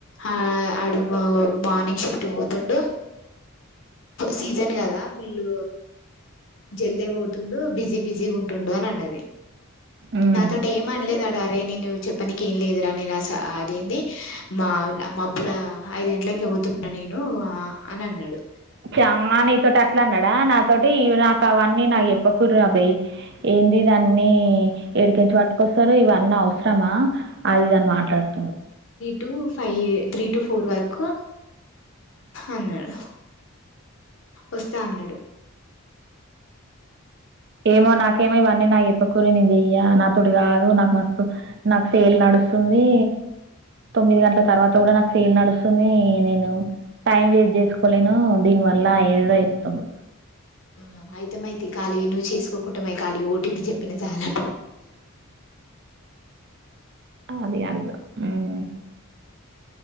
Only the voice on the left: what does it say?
ఆ ఆ అడు మార్నింగ్ షిఫ్ట్ పోతుండు సీజన్ కదా ఫుల్ జల్దే పోతుండు, బిజీ బిజీ గ ఉంటుండు రోన్ అన్నది
నాతోటి ఏం అన్లేదు ఆడ రేయ్ నేను చెప్పనిక ఎం లేదురా. నేను అస అదేంది మా మబ్బుల అయిదు గంట్లక్ ట్ల పోతున్న నేను అని అన్నడు
two five three to four వరకు అన్నడ్ వస్తా అన్నాడు
ఆ అయితేమైతే ఖళీవి నువ్వు చేసుకోకుంటపాయ్ ఖళీ ఓటీపి చెప్పిన చాలా